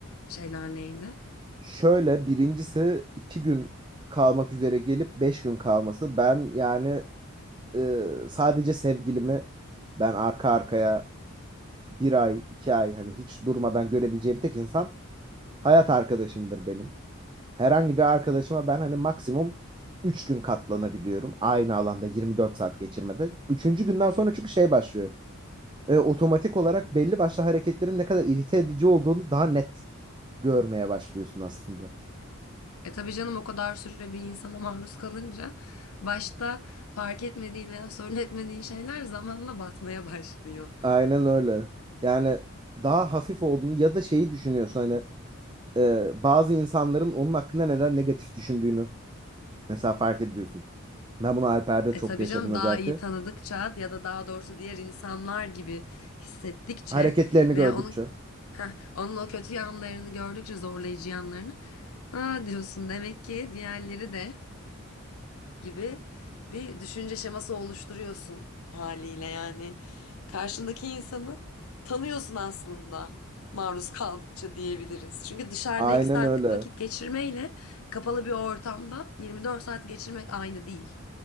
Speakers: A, on the left (about 80°); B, on the right (about 20°).
A: şeyler neydi?
B: Şöyle birincisi iki gün kalmak üzere gelip beş gün kalması. Ben yani e, sadece sevgilimi ben arka arkaya bir ay iki ay hani hiç durmadan görebileceğim tek insan hayat arkadaşımdır benim. Herhangi bir arkadaşıma ben hani maksimum üç gün katlanabiliyorum. Aynı alanda 24 saat geçirmede. Üçüncü günden sonra çünkü şey başlıyor. E, otomatik olarak belli başlı hareketlerin ne kadar irite edici olduğunu daha net görmeye başlıyorsun aslında.
A: E tabii canım o kadar süre bir insana maruz kalınca başta fark etmediğin veya sorun etmediğin şeyler zamanla batmaya başlıyor.
B: Aynen öyle. Yani daha hafif olduğunu ya da şeyi düşünüyorsun hani e, bazı insanların onun hakkında neden negatif düşündüğünü mesela fark ediyorsun. Ben bunu Alper'de
A: E
B: çok
A: tabii
B: yaşadım
A: canım
B: özellikle.
A: daha iyi tanıdıkça ya da daha doğrusu diğer insanlar gibi hissettikçe
B: Hareketlerini
A: veya
B: gördükçe.
A: onun heh, onun o kötü yanlarını gördükçe zorlayıcı yanlarını Aa diyorsun demek ki diğerleri de gibi bir düşünce şeması oluşturuyorsun haliyle yani. Karşındaki insanı tanıyorsun aslında maruz kaldıkça diyebiliriz. Çünkü dışarıda
B: Aynen
A: 2 saatlik
B: öyle.
A: vakit geçirmeyle kapalı bir ortamda 24 saat geçirmek aynı değil.